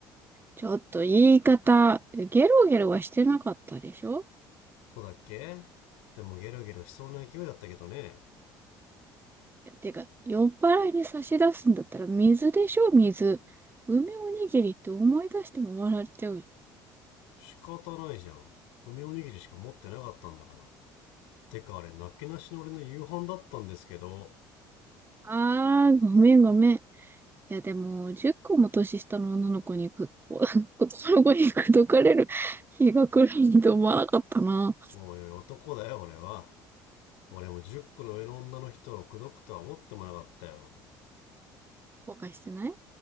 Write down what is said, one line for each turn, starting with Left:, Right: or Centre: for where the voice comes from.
Right: ちょっと言い方、ゲロゲロはしてなかったでしょ
Left: そうだっけでもゲロゲロしそうな勢いだったけどね
Right: てか、酔っ払いに差し出すんだったら水でしょ、水。梅おにぎりって思い出しても笑っちゃう。
Left: 仕方ないじゃん梅おにぎりしか持ってなかったんだからてかあれなけなしの俺の夕飯だったんですけど
Right: あー、ごめんごめん。いや、でも、10個も年下の女の子にく、お <laughs> 男の子に口説かれる <laughs> 日が来るなんて思わなかったな。
Left: おいおい男だよ俺は俺も10個の上の女の人を口説くとは思ってもなかったよ
Right: 後悔してない